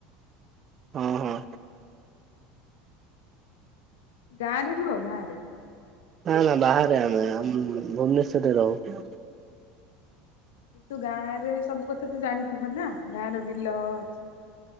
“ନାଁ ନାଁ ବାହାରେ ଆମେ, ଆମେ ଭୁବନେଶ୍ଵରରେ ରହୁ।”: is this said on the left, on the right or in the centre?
Right